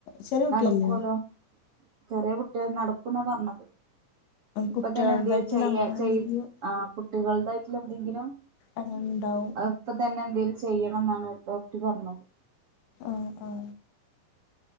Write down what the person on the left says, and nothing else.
ചെറിയ കുട്ടിയല്ലേ
കുട്ടികളതായിട്ടുള്ള
അങ്ങനെ
എന്തെങ്കിലും
അങ്ങനെ ഉണ്ടാവും
ആഹ് ആഹ്